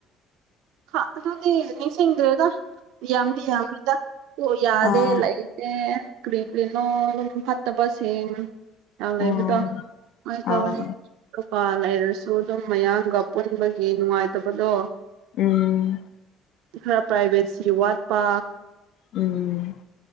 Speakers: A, on the right; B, on the left.
A: ꯍꯥ ꯑꯗꯨꯗꯤ ꯅꯤꯡꯁꯤꯡꯗ꯭ꯔꯦꯗ ꯌꯥꯝꯗꯤ ꯌꯥꯝꯃꯤꯗ ꯑꯣ ꯌꯥꯗꯦ
B: ꯑꯥ
A: ꯂꯩ ꯑꯦ ꯀ ꯀꯅꯣ ꯐꯠꯇ ꯄꯁꯦ ꯌꯥꯝ
B: ꯎꯝ
A: ꯂꯩꯕꯗꯣ ꯍ ꯇꯧꯋꯦꯕ
B: ꯑꯥ
A: ꯄ ꯂꯩꯔꯁꯨ ꯑꯗꯨꯝ ꯃꯌꯥꯡꯒ ꯄꯨꯟꯕꯒꯤ ꯅꯨꯡꯉꯥꯏꯇꯕꯗꯣ
B: ꯎꯝ
A: ꯈꯔꯥ ꯄ꯭ꯔꯥꯏꯚꯦꯠꯁꯤ ꯋꯥꯠꯄꯥ
B: ꯎꯝ